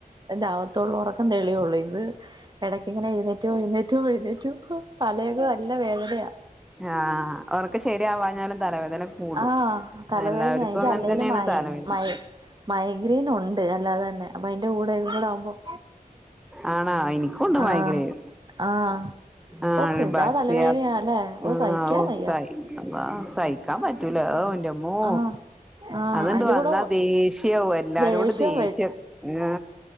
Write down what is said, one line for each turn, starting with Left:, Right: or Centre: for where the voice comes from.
Right: എന്റെ അഗത്തുള്ള ഒറക്കം തെളിയൊള്ളൂ ഇന്ന് എടക്കിങ്ങനെ എഴുന്നേ റ്റും എഴുന്നേറ്റു എഴുന്നേറ്റു ഹോ തലയൊക്കെ നല്ല വേദനയാ
Centre: ആഹ്‌ ഒറക്കം ശരിയാവാഞ്ഞാലും തലവേദന കൂടും
Right: ആഹ്‌ തലവേദനയാ
Centre: എല്ലാവർക്കും
Right: എനിക്ക്
Centre: അങ്ങനെ
Right: അല്ലേലും
Centre: തന്നെയാണ്
Right: മൈ
Centre: തലവേദന
Right: മൈ മൈഗ്രീൻ ഉണ്ട് അല്ലാതെന്നെ അപ്പൊ അതിന്റെ കൂടെ ഇതും കൂടെ ആവുമ്പോൾ
Centre: ആണാ ഇൻക്കുണ്ട്
Right: ആഹ്
Centre: മൈഗ്രയ്ൻ
Right: ആഹ്
Centre: ആണ്
Right: ഓഹ് എന്താ
Centre: ബാക്തിയ
Right: തലവേദനയാ അല്ലെ ഓഹ്
Centre: ആഹ്
Right: സഹിക്കാൻ
Centre: ഓസായി
Right: വയ്യ
Centre: അള്ളാ സഹിക്കാൻ പറ്റൂല അവുന്റമ്മോ
Right: ആഹ് ആഹ്
Centre: അത്ണ്ട്
Right: അയിന്റെ
Centre: വന്നാ
Right: കൂടെ
Centre: ദേഷ്യവുംഎല്ലാരോടും
Right: ദേഷ്യം
Centre: ദേഷ്യ ആ